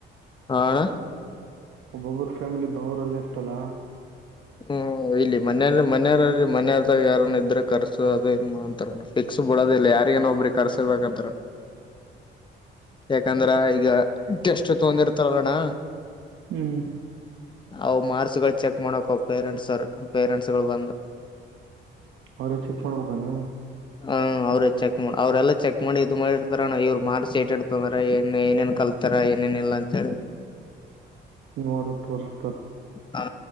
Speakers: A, on the left; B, on the right.
A: ಆ ಅಣ್ಣ
B: ಒಬ್ಬೊಬ್ಬ್ರ ಫ್ಯಾಮಿಲಿ ಬವರಲ್ಲೇ ಇತಲ್ಲ
A: ಹ್ಮ ಇಲ್ಲಿ ಮನ ಮನೆಯವಲ್ಲಿ ಮನದಾಗ ಯಾರ ಇದ್ರೆ ಕರ್ಸು ಅದು ಇ ಅಂತಾರ ಪಿಕ್ಸ್ ಬಿಡೋದಿಲ್ಲ ಯ ಯರಿ ನ ಒಬ್ರಿ ಕರ್ಸಬೇಕಂತ ಯಾಕಂದ್ರ ಈಗ ಎಷ್ಟು ತಗೊಂಡಿರ್ತಾರಣ್ಣ
B: ಹ್ಮ್
A: ಅವು ಮಾರ್ಕ್ಸ್ಗಳು ಚೆಕ್ ಮಾಡಕ ಅವ್ ಪೇರೆಂಟ್ಸ್ರ್ ಪೇರೆಂಟ್ಸ್ ಗಳು ಬಂದು
B: ಅವ್ರೇ ಚೆಕ್ ಮಾಡ್ಬೇಕಬೇಕಾನ
A: ಹ ಅವ್ರೇ ಚೆಕ್ ಮಾಡ ಅವ್ರಲ್ಲ ಚೆಕ್ ಮಾಡಿ ಇದು ಮಾಡಿತಾರವ್ ಮಾರ್ಸ್ೇಟ್ ರ ಏನ್ ಏನೇನ್ ಕಲ್ತಾರ ಏನೇನ್ ಇಲ್ಲ ಅಂತ ಹೇಳಿ
B: ನೋಡ ತರ್
A: ಹಾ